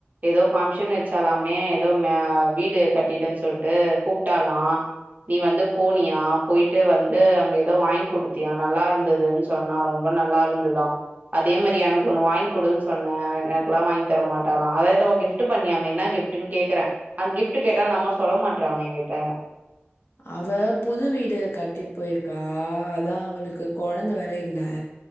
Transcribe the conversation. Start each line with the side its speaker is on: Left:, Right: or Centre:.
Right: ஏதோ பங்க்ஷன் வச்சாலாமே ஏதோ மே வீடு கட்டிட்டன் சொல்ட்டு கூப்ட்டாலா நீ வந்து போனியா போய்ட்டு வந்து அங்க ஏதோ வாங்கி குடுத்தியா நல்லா இருந்துன் சொன்னா ரொம்ப நல்லா இருந்ததா அதே மாரி எனக்கு ஒன்னு வாய்ங் குடுன்னு சொன்ன எனக்குலா வாங்கி தரமாட்டாலா அதா எதோ கிஃப்ட் பண்ணியாமே என்ன கிஃப்ட்டுன் கேக்கறே அந் கிஃப்ட் கேட்டா அந்தம்மா சொல்ல மாட்றாங்க எங்கிட்ட
Left: அவ புது வீடு கட்டி போயிருக்கா அதா அவளுக்கு கொழந்த வேற இல்ல